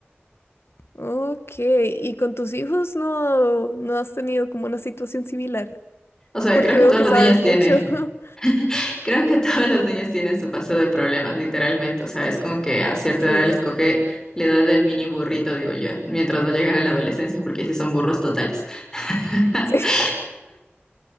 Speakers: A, on the left; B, on the left.
A: Ok, ¿y con tus hijos no, no has tenido como una situación similar?
B: O sea,
A: porque
B: creo que
A: veo
B: todos
A: que
B: los
A: sabes
B: niños tienen,
A: mucho. <laughs>
B: <laughs> creo que todos los niños tienen su paso de problemas, literalmente. O sea, es como que a cierta
A: Sí,
B: edad les coge la edad del mini burrito, digo yo, mientras no llegan a la adolescencia, porque sí son burros totales. <laughs>
A: sí,